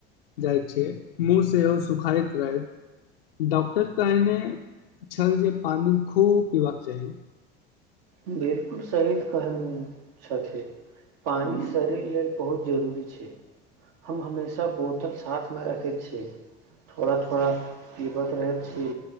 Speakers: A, on the left; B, on the right.
A: जाइत छै मुँह सेहो सुखाइत रहथि डॉक्टर कहने छल जे पानि खूब पबाक चाही
B: बिलकुल सहीद कहन छथिन पानि शरीर लेल बहुत जरूरी छै हम हमेशा बोतल साथमे रखैत छी थोड़ा थोड़ा पीबत रहैत छी